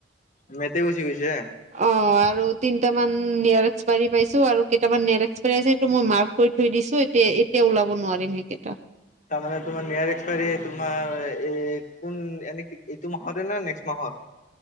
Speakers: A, on the left (about 45°); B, on the right (about 40°).
A: মেতে গুচি গৈছে
B: অ অ আৰু তিনটা মান নেৱাৰ এক্সপাইাৰী পাইছো আৰু কেইটামান নেৱাৰ এক্সপাইাৰী আছে সেইটো ইটো মই মাৰ্ক কৰি থৈ দিছো। এ এতিয়া ওলাব নোৱাৰিম সেইকেইটা।
A: তাৰমানে তোমাৰ নিয়াৰ এক্সপায়াৰী তোমাৰ এ কোন এনে কি এইটো মাহতে নে নেক্সট মাহত?